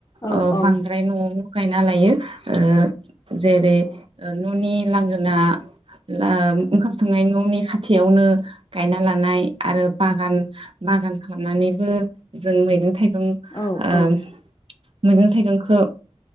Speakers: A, on the left; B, on the right.
A: औ
B: ओ बांद्राय न'आव गायना लायो ओ जेरै न'नि लांगोना ला ओंखाम संनाय न नि खाथियावनो गायना लानाय बागान बागान खालामनानैबो जों मैगं थाइगं उम
A: औ
B: ओ
A: औ
B: मैगं थाइगंखौ